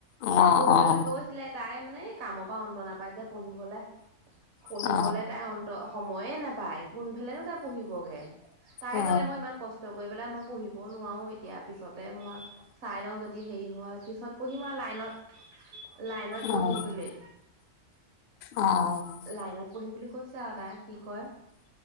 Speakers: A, on the left; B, on the right.
A: অ',
B: আৰু পঢ়িবলৈ
A: অ',
B: কৈছিলে তাই মানে কামৰ পৰা অন্ত নাপায় যে পঢ়িবলে। পঢ়িবলে
A: অ',
B: তাই অন্ত সময় ময়ে নাপায় কোনফালেনো তাই পঢ়িবগে? তাই
A: অ',
B: কলে, মই ইমান কষ্ট কৰি পেলাই মই পঢ়িব নোৱাৰো এতিয়া। পিছতে মই চাই লওঁ যদি হেৰি হয় পিছত পঢ়িম আৰু লাইনত লাইনত
A: অ',
B: পঢ়িম বুলি।
A: অ', অ',
B: লাইনত পঢ়িম বুলি কৈছে তাই কি কৰে